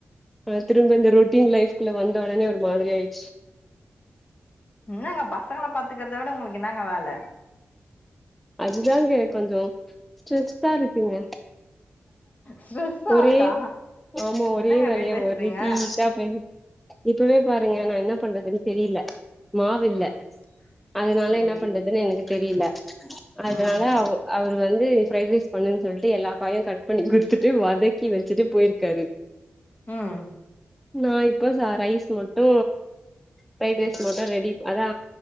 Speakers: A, in the centre; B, on the left (about 35°).
A: அ திரும்ப இந்த ரொட்டீன் லைஃப்குள்ள வந்த உடனே உனக் மாதிரி ஆயிருச்சு
B: என்னங்க பசங்கள பாத்துக்கறத விட உங்களுக்கு என்னங்க வேல
A: அதுதாங்க கொஞ்சோ ஸ்ட்ரெஸ்ப்பா இருக்குங்க
B: ஸ்ட்ரெஸ்ஸா
A: ஒரே
B: இருக்கா
A: ஆமா ஒரே
B: என்னங்க
A: வேலையா
B: இப்டி பேசுறீங்க
A: <unintelligible> இப்பவே பாருங்க நா என்ன பண்றதுனு தெரில மாவு இல்ல
B: ம்
A: அதனால
B: செரி
A: என்ன பண்றதுன்னு எனக்கு தெரில அதனால
B: ம்
A: அவ அவரு வந்து து பிரைட் ரைஸ் பண்ணுனு சொல்ட்டு எல்லா காயும் கட் குடுத் த்துட்டு வதக்கி வச்சிட்டு போய்ருக்காரு
B: ம்
A: நா இப்போ சா ரைஸ் மட்டு ப்ரைடு ரைஸ் மட்டு ரெடி அதா